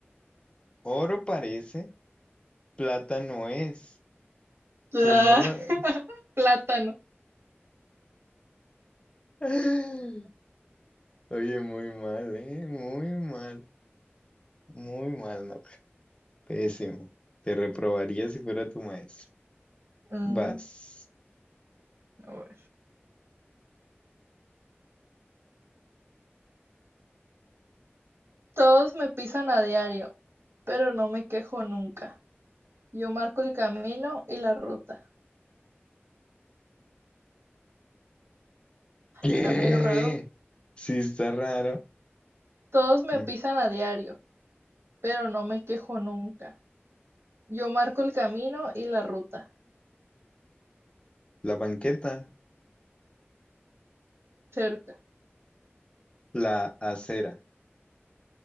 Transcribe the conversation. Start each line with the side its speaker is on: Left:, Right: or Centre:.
Left: Oro parece, plata no es.
Right: Ah,
Left: Quien no lo...
Right: <laughs> Plátano.
Left: <laughs> Oye, muy mal, ¿eh? Muy mal, muy mal, no. Pésimo. Te reprobaría si fuera tu maestro.
Right: Mm,
Left: Vas.
Right: a ver. Todos me pisan a diario, pero no me quejo nunca. Yo marco el camino y la ruta.
Left: ¿Qué?
Right: Está medio raro.
Left: Sí, está raro.
Right: Todos me
Left: Mm,
Right: pisan a diario, pero no me quejo nunca. Yo marco el camino y la ruta,
Left: La banqueta,
Right: cerca.
Left: la acera,